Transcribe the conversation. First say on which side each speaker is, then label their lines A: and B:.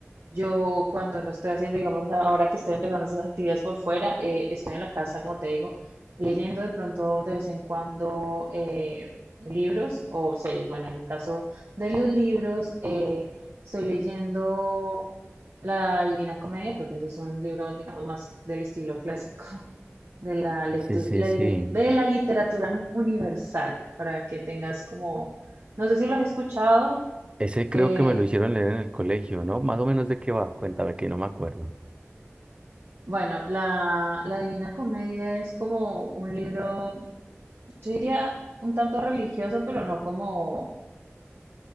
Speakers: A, on the right; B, on the right.
A: Yo cuando no estoy haciendo, digamos, ahora que estoy empezando esas actividades por fuera, eh, estoy en la casa, como te digo, leyendo de pronto de vez en cuando eh, libros o series. Bueno, en el caso de los libros, eh, estoy leyendo La Divina Comedia, pero pues es un libro, digamos, más del estilo clásico de la lectu-
B: Sí, sí,
A: la
B: sí.
A: li- de la literatura universal, para que tengas como, no sé si lo has escuchado,
B: Ese creo
A: eh,
B: que me lo hicieron leer en el colegio, ¿no? Más o menos de qué va, cuéntame que no me acuerdo.
A: bueno, la, la Divina Comedia es como un libro, yo diría un tanto religioso, pero no como